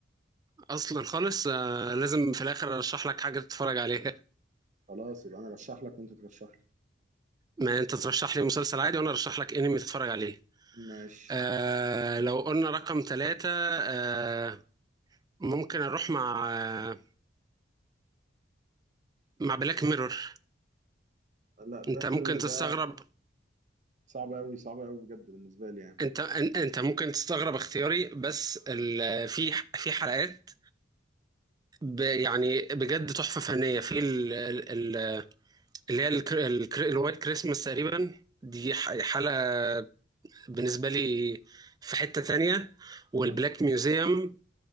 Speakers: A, on the right; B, on the right.
A: اصلا خالص آه، لازم في الاخر ارشح لك حاجه تتفرج عليها
B: خلاص يبقى انا رشح لك وانت ترشح لي
A: ما انت ترشح لي مسلسل عادي وانا ارشح لك انمي تتفرج عليه
B: ماشي
A: آه لو قلنا رقم ثلاثة آه ممكن اروح مع آه مع بلاك ميرور
B: لا بلاك
A: انت ممكن
B: ميرور
A: تستغرب
B: ده صعب قوي صعب قوي بجد بالنسبة لي
A: انت أن- انت ممكن تستغرب اختياري بس ال- في في حلقات ب يعني بجد تحفه فنيه في ال- ال- ال- اللي هي الوايت كريسماس تقريبا دي ح- حلقه بالنسبة لي في حتة تانية والبلاك
B: يعني
A: ميوزيوم